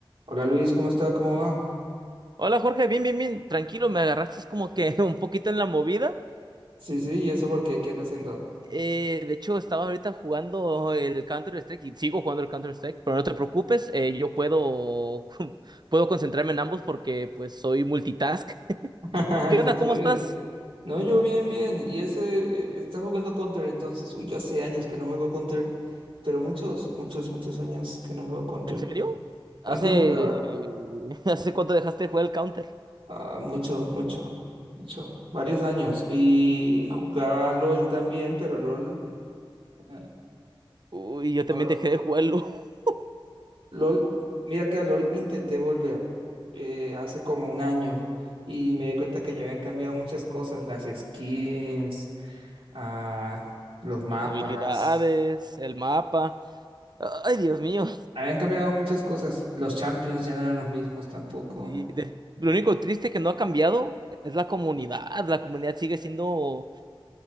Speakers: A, on the right; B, on the right.
A: Hola Luis, ¿cómo está? ¿Cómo va?
B: Hola Jorge, bien, bien, bien, tranquilo, me agarraste es como que <laughs> un poquito en la movida.
A: Sí, sí, ¿y eso por qué? ¿Qué anda haciendo?
B: Eh, de hecho, estaba ahorita jugando el Counter-Strike y sigo jugando el Counter-Strike, pero no te preocupes, eh, yo puedo, <laughs> puedo concentrarme en ambos porque pues soy multitask.
A: <laughs>
B: ¿Qué
A: Qué
B: onda?
A: chévere.
B: ¿Cómo estás?
A: No, yo bien, bien. Y ese, eh, está jugando Counter entonces. Uy, yo hace años que no juego Counter, pero muchos, muchos, muchos años que no juego Counter.
B: ¿En serio? ¿Hace,
A: Antes jugaba
B: <laughs> ¿hace cuánto dejaste de jugar el Counter?
A: ah, mucho, mucho, mucho, varios años. Y jugaba LOL también, pero LOL, eh,
B: Uy, yo también
A: LOL
B: dejé de jugarlo. <laughs>
A: LOL, mira que a LOL intenté volver eh, hace como un año y me di cuenta que ya habían cambiado muchas cosas, las skins, ah, los mapas,
B: Las habilidades, el mapa. Ay, Dios mío.
A: habían cambiado muchas cosas, los champions ya no eran los mismos tampoco.
B: Sí, de- lo único triste que no ha cambiado es la comunidad. La comunidad sigue siendo